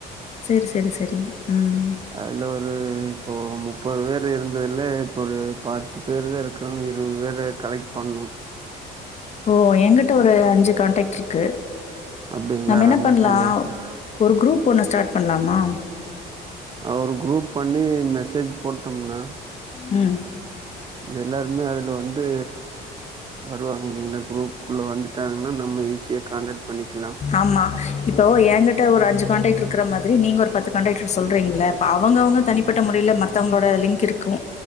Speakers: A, on the left (about 40°); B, on the right (about 25°).
A: சேரி சேரி சேரி ம்
B: அதுல ஒரு இப்போ இப்போ முப்பது பேர் இருந்ததுல இப்போ ஒரு பத்து பேர் தா இருக்கோ இருபது பேர கலெக்ட் பண்ணணு
A: ஓ எங்கிட்ட ஒரு அஞ்சு கான்டக்ட் இருக்கு
B: அப்டிங்களா?
A: நம்ம என்ன
B: ரொம்ப
A: பண்லா
B: சந்தோஷம்.
A: ஒரு குரூப் ஒன்ன ஸ்டார்ட் பண்லாமா
B: ஆ ஒரு குரூப் பண்ணி மெசேஜ் போட்டோம்னா
A: ம்
B: எல்லாருமே அதுல வந்து வருவாங்கல்லீங்கல்லா குரூப்குள்ள வந்து டாங்கன்னா நம்ம ஈசியா காண்டெக்ட் பண்ணிக்கலாம்
A: ஆமா இப்போ ஏங்க்கிட்ட ஒரு அஞ்சு கான்டக்ட் இருக்கிற மாதிரி நீங்க ஒரு பத்து கான்டக்ட் சொல்றீங்கள்ள இப்ப அவங்க அவங்க தனி பட்ட முறையில் மத்தவங்களோட லிங்க் இருக்கும்